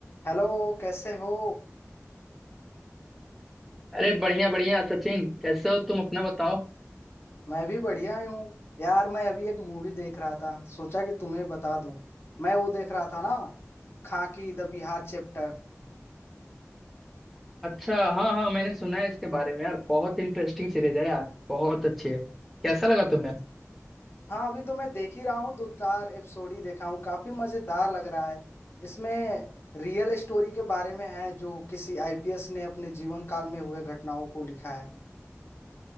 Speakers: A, on the left (about 50°); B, in the centre.
A: Hello कैसे हो
B: अरे बढ़िया बढ़िया सचिन कैसे हो तुम अपना बताओ
A: मैं भी बढ़िया ही हूँ यार मैं अभी एक मूवी देख रहा था सोचा कि तुम्हें बता दूं मैं वो देख रहा था ना खाकी द बिहार चैप्टर
B: अच्छा हाँ हाँ मैंने सुना है इसके बारे में यार बहुत इंटरेस्टिंग सीरीज है यार बहुत अच्छी है कैसा लगा तुम्हें
A: हाँ अभी तो मैं देख ही रहा हूँ दो चार एपिसोड ही देखा हूँ काफी मजेदार लग रहा है इसमें रियल स्टोरी के बारे में है जो किसी आईपीएस ने अपने जीवन काल में हुए घटनाओं को लिखा है